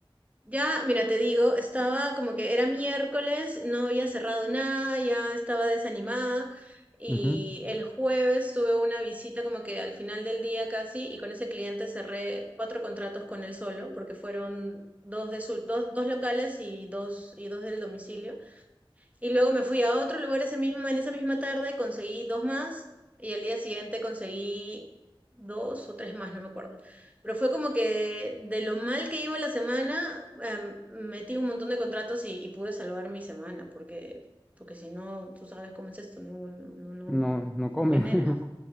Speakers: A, on the right (about 15°); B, in the centre.
A: Ya, mira, te digo, estaba como que era miércoles, no había cerrado nada, ya estaba desanimada y
B: ujú.
A: el jueves tuve una visita como que al final del día casi y con ese cliente cerré cuatro contratos con él solo porque fueron dos de su, dos, dos locales y dos y dos del domicilio. Y luego me fui a otro lugar ese mismo, en esa misma tarde, conseguí dos más y al día siguiente conseguí dos o tres más, no me acuerdo. Pero fue como que de lo mal que iba la semana, em, metí un montón de contratos y, y pude salvar mi semana, porque, porque si no, tú sabes cómo es esto, no, no, no, no
B: No, no come
A: no genera.
B: <laughs>